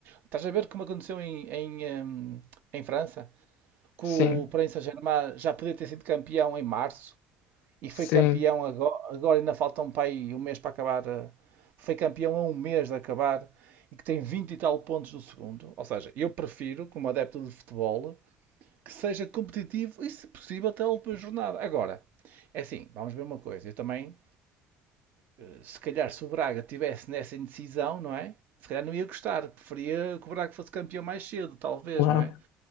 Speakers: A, on the right; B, on the left.
A: Estás a ver como aconteceu em, em, hum, em França? Que
B: Sim,
A: o Paris Saint-Germain já podia ter sido campeão em março, e
B: sim,
A: foi campeão agora, agora ainda falta um pai um mês para acabar. eh, Foi campeão a um mês de acabar e que tem 20 e tal pontos do segundo. Ou seja, eu prefiro, como adepto de futebol, que seja competitivo e, se possível, até a última jornada. Agora, é assim, vamos ver uma coisa. Eu também, eh, se calhar, se o Braga tivesse nessa indecisão, não é? Se calhar não ia gostar. Preferia que o Braga fosse campeão mais cedo, talvez,
B: claro.
A: não é?